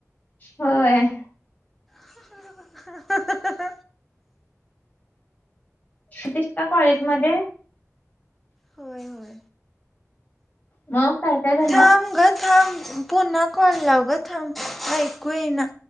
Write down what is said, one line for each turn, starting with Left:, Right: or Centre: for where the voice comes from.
Left: होय.
Centre: <unintelligible>
Left: क्षितिज का कॉलेज मध्ये?
Centre: होय होय,
Left: मग काय काय झालं?
Centre: थांब ग. थांब पुन्हा कॉल लाव ग थांब ऐकू येईना.